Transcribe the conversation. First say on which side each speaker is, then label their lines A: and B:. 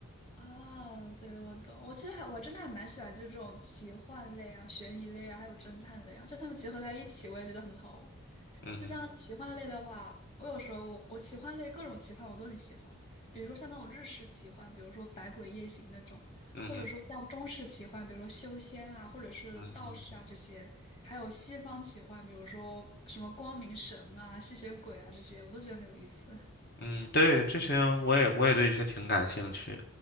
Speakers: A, on the left (about 30°); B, on the left (about 45°).
A: 啊，对，我懂。我其实还我还真的还蛮喜欢这种奇幻类啊、悬疑类啊，还有侦探类啊，就它们结合在一起，我也觉得很好玩。
B: 嗯哼，
A: 就像奇幻类的话，我有时候我我奇幻类各种奇幻我都很喜欢，比如说像那种日式奇幻，比如说《百鬼夜行》那种，
B: 嗯哼，
A: 或者说像中式奇幻，比如说修仙啊，或者是道士啊这些，
B: 嗯哼
A: 还有西方奇幻，比如说什么光明神啊、吸血鬼啊这些，我都觉得很有意思。
B: 嗯，对，这些我也我也对这些挺感兴趣，